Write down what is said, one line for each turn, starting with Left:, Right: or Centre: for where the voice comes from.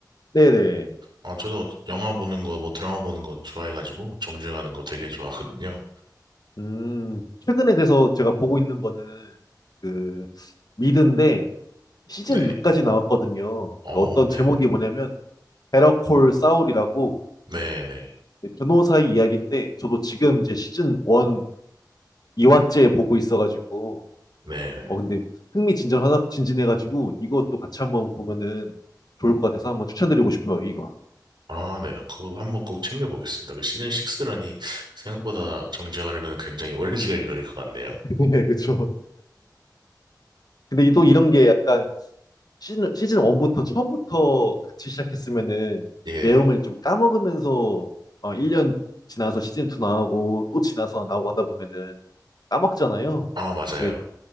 Left: 네네.
Right: 아, 저도 영화 보는 거, 뭐 드라마 보는 거 좋아해가지고 정주행하는 거 되게 좋아하거든요.
Left: 음, 최근에 그래서 제가 보고 있는 거는 그 미드인데 시즌
Right: 네.
Left: 6까지 나왔거든요.
Right: 어,
Left: 그 어떤
Right: 네네.
Left: 제목이 뭐냐면 베러콜 사울이라고
Right: 네네.
Left: 변호사의 이야기인데 저도 지금 이제 시즌 1 2화째 보고 있어가지고
Right: 네네.
Left: 어 근데 흥미진진하다 진진해가지고 이것도 같이 한번 보면은 좋을 것 같아서 한번 추천드리고 싶어요, 이거.
Right: 아, 네. 그거 한번 꼭 챙겨보겠습니다. 그 시즌 6라니 생각보다 정주행하려면 굉장히 오랜 <laughs> 시간이 걸릴 것 같네요.
Left: <laughs> 네, 그쵸. 근데 이- 또 이런 게 약간 시즌, 시즌 1부터 처음부터 같이 시작했으면은
Right: 예.
Left: 내용을 좀 까먹으면서 어, 1년 지나서 시즌 2 나오고 또 지나서 나오고 하다 보면은 까먹잖아요.
Right: 아, 맞아요.
Left: 네.